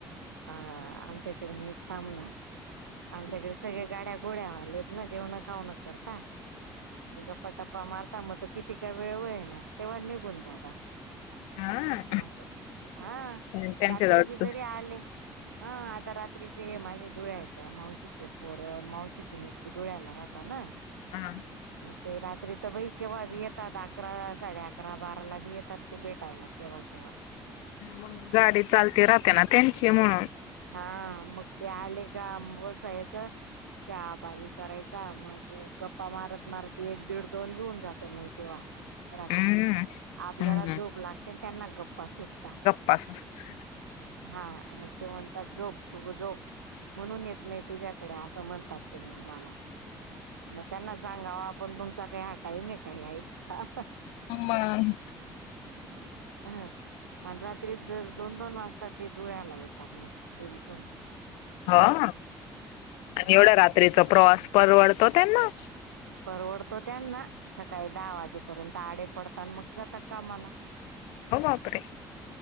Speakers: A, on the right (about 85°); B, on the left (about 70°).
A: हा आमच्याकडं नाईच थांबणार. आमच्याकडे सगळे गाड्या घोड्या आलेत ना जेवण खावन करता गप्पा टप्पा मारता मग त किती का वेळ होईना तेव्हा निघून जातात.
B: हा
A: अस हा
B: त्यांच्या
A: रात्री
B: जवळच
A: बी जरी आले हा आता रात्रीचे हे माझे धुळ्याच्या मावशीचे पोर मावशीची मु धुळ्याला राहता ना.
B: हा.
A: मग ते रात्री तर बई केव्हा बी येतात अकरा साडे अकरा बाराला बी येतात ते भेटायला. केव्हा केव्हा.
B: मग गाडी चालते राहते ना त्यांची म्हणून.
A: हा मग ते आले का आं बसायचं. चहा पाणी करायचा मग गप्पा मारत मारत एक दीड दोन बी होऊन जातो नाही. तेव्हा रात्री
B: हम्म
A: आपल्याला
B: हम्म.
A: जोप लागते आण त्यांना गप्पा सुच
B: गप्पा सुस्त
A: हा मग ते म्हण जोप तू जोप म्हणून येत नाही तुझ्याकडे असं म्हणतात ते मग मला. मग त्यांना सांगाव आपण तुमचा काही हा टाईम आहे का यायचा आ
B: मग
A: हं हं. हा हा. अ आणि रात्री दर दोन दोन वाजता ते धुळ्याला येतात मग. कधीपण.
B: ह आणि एवढ़या रात्रीचा प्रवास परवडतो त्यांना?
A: परवडतो त्यांना. सकाळी दहा वाजेपर्यंत आडे पडता आण मग जातात कामाला.
B: म बापरे.